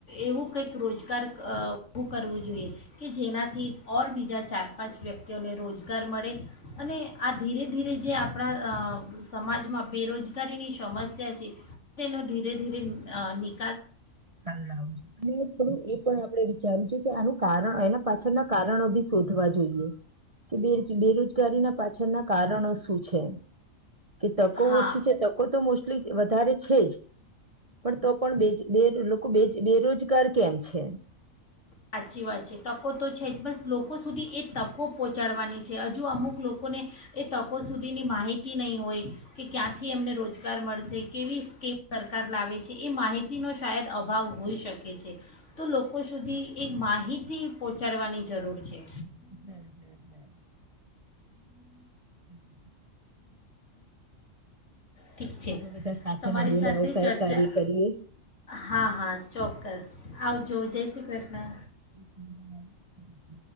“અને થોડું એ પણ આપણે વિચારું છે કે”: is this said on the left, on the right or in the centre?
Right